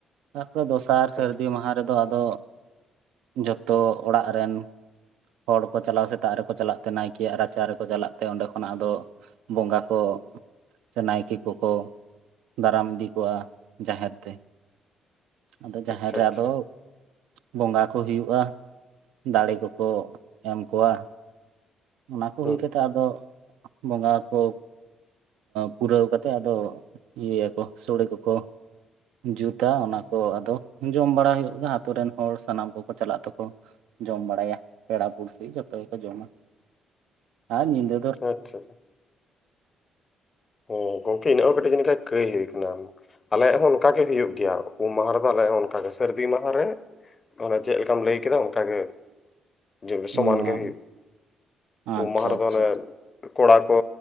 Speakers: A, on the right; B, on the left.
A: ᱛᱟᱨᱯᱚᱨᱮ ᱫᱚᱥᱟᱨ
B: ᱟᱪᱪᱷᱟ
A: ᱥᱟᱹᱨᱫᱤ ᱢᱟᱦᱟ ᱨᱮᱫᱚ ᱟᱫᱚ, ᱡᱷᱚᱛᱚ ᱚᱲᱟᱜ ᱨᱮᱱᱼᱼ ᱦᱚᱲ ᱠᱚ ᱪᱟᱞᱟᱣ ᱥᱮᱛᱟᱜ ᱨᱮᱠᱚ ᱪᱟᱞᱟᱜ ᱛᱮ ᱱᱟᱭᱠᱮᱭᱟᱜ ᱨᱟᱪᱟ ᱨᱮᱠᱚ ᱪᱟᱞᱟᱜ ᱛᱮ ᱚᱸᱰᱮ ᱠᱷᱚᱱᱟᱜ ᱟᱫᱚᱼᱼ ᱵᱚᱸᱜᱟ ᱠᱚᱼᱼ ᱥᱮ ᱱᱟᱭᱠᱮ ᱠᱚᱠᱚ ᱫᱟᱨᱟᱢ ᱤᱫᱤ ᱠᱚᱣᱟ ᱡᱟᱦᱮᱨ ᱛᱮ᱾ ᱟᱫᱚ
B: ᱟᱪᱪᱷᱟ
A: ᱡᱟᱦᱮᱨ ᱨᱮ
B: ᱟᱪᱪᱷᱟ
A: ᱟᱫᱚᱼᱼ ᱵᱚᱸᱜᱟ ᱠᱚ ᱦᱩᱭᱩᱜᱼᱟ ᱫᱟᱲᱮ ᱠᱚᱠᱚ ᱮᱢ ᱠᱚᱣᱟ᱾ ᱚᱱᱟ ᱠᱚ
B: ᱦᱩᱸ
A: ᱦᱩᱭ ᱠᱟᱛᱮ ᱟᱫᱚ ᱵᱚᱸᱜᱟ ᱠᱚᱼᱼ ᱯᱩᱨᱟᱹᱣ ᱠᱟᱛᱮᱜ ᱟᱫᱚ ᱤᱭᱟᱹᱭᱟᱠᱚ ᱥᱚᱲᱮ ᱠᱚᱠᱚᱼᱼ ᱡᱩᱛᱟ ᱚᱱᱟ ᱠᱚ ᱟᱫᱚ ᱡᱚᱢ ᱵᱟᱲᱟ ᱦᱩᱭᱩᱜ-ᱟ ᱟᱛᱩ ᱨᱮᱱ ᱦᱚᱲ ᱥᱟᱱᱟᱢ ᱠᱚᱠᱚ ᱪᱟᱞᱟᱜ ᱛᱟᱠᱚ᱾ ᱡᱚᱢ ᱵᱟᱲᱟᱭᱟ ᱯᱮᱲᱟ ᱯᱩᱥᱤ ᱡᱚᱛᱚ ᱜᱮᱠᱚ ᱡᱚᱢᱟ ᱟᱨ ᱧᱤᱫᱟᱹᱼᱼ
B: ᱟᱪᱪᱷᱟ ᱟᱪᱪᱷᱟ᱾ ᱦᱮᱸ ᱜᱚᱝᱠᱮ ᱤᱱᱟᱹᱜ ᱦᱚᱸ ᱠᱟᱹᱴᱤᱡ ᱡᱟᱹᱱᱤᱡ ᱠᱷᱟᱡ ᱠᱟᱹᱭ ᱦᱩᱭ ᱠᱟᱱᱟ᱾ ᱟᱞᱮᱭᱟᱜ ᱦᱚᱸ ᱚᱱᱠᱟᱜᱮ ᱦᱩᱭᱩᱜ ᱜᱮᱭᱟ ᱩᱢ ᱢᱟᱦᱟ ᱨᱮᱫᱚ ᱟᱞᱮᱭᱟᱜ ᱦᱚᱸ ᱚᱱᱠᱟᱜᱮ ᱥᱟᱹᱨᱫᱤ ᱢᱟᱦᱟ ᱨᱮᱼᱼ ᱚᱱᱮ ᱪᱮᱫ ᱞᱮᱠᱟᱢ ᱞᱟᱹᱭ ᱠᱮᱫᱟ ᱚᱱᱠᱟᱜᱮᱼᱼ <unintelligible>
A: ᱦᱚᱸ
B: ᱥᱚᱢᱟᱱ ᱜᱮ ᱦᱩᱭᱩᱜ
A: ᱟᱪᱪᱷᱟ
B: ᱩᱢ ᱢᱚᱦᱟ ᱨᱮᱫᱚ
A: ᱟᱪᱪᱷᱟ
B: ᱚᱱᱮ
A: ᱟᱪᱪᱷᱟ
B: ᱠᱚᱲᱟ ᱠᱚ